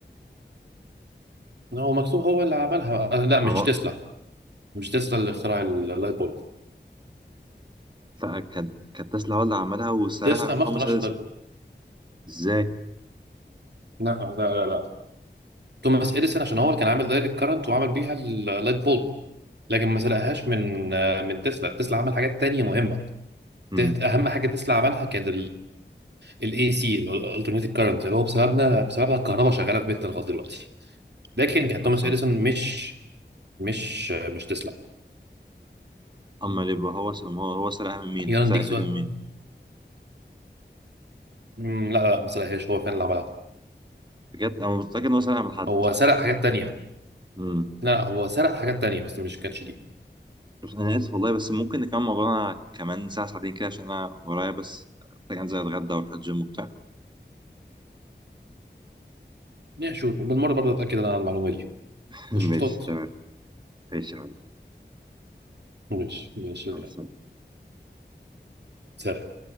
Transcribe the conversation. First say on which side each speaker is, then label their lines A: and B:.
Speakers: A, on the right (about 70°); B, on the right (about 25°).
A: هو مكتوب هو اللي عملها آه، لا مش
B: هو
A: تسلا مش تسلا اللي اخترع اللايت بولب
B: لا كان كانت تسلا هو اللي عملها وسرقها
A: تسلا
B: من
A: ما
B: توماس
A: اخترعش
B: اديسون
A: اللايت بولب
B: ازاي
A: لا لا لا لا توماس إديسون عشان هو اللي كان عامل دايركت كارنت وعمل بيها اللايت بولب لكن ما سرقهاش من من تسلا تسلا عمل حاجات تانية مهمة
B: امم
A: ت- اهم حاجه تسلا عملها كانت الاي سي الالترناتيف كارنت اللي هو بسببنا بسببها الكهرباء شغاله في بيتنا لغايه دلوقتي لكن كان
B: اصلا
A: توماس اديسون مش مش مش تسلا
B: اما اللي يبقى هو سم- هو هو سرقها من مين
A: يلا
B: سرق
A: نديك
B: الفكره
A: سؤال
B: من مين
A: مم، لا لا ما سرقهاش هو فعلا اللي عملها
B: بجد انا متاكد ان هو سرقها من حد
A: هو سرق حاجات تانية
B: امم
A: لا هو سرق حاجات تانية بس مش كانتش دي
B: بس انا اسف والله بس ممكن نكمل موضوعنا كمان ساعه ساعتين كده عشان انا ورايا بس محتاج انزل اتغدى واروح الجيم وبتاع
A: يا شوف وبالمره برضه اتاكد انا على المعلومه دي
B: <laughs>
A: قشطات
B: ماشي تمام ماشي يا حبيبي
A: ماشي ماشي
B: مع السلامة.
A: سرق